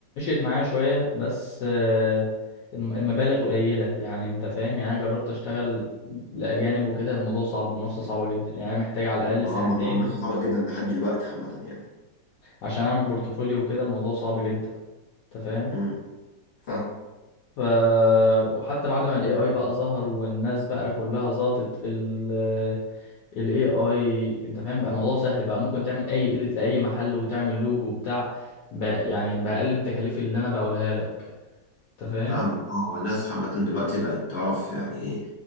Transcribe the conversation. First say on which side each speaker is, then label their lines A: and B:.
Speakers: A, on the left; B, on the left.
A: معايا شوية بس آه، الم- المبالغ قليلة يعني انت فاهم يعني انا جربت اشتغل لأجانب وكده الموضوع صعب المنافسة صعبة جدا يعني محتاج على الأقل
B: ما
A: سنتين
B: هو موضوع منافسة صعبة جدا لحد دلوقتي عامة يعني
A: عشان اعمل بورتفوليو وكده الموضوع صعب جدا انت فاهم
B: امم فاهم
A: ف وحتى بعد ما الاي اي بقى ظهر والناس بقى كلها ظبطت ال الاي اي انت فاهم بقى الموضوع سهل بقى ممكن تعمل اي اديت لاي محل وتعمل لوجو وبتاع بقى يعني باقل من التكاليف اللي انا بقولها لك انت فاهم
B: فاهمك اه الناس عامة دلوقتي بقت تعرف يعني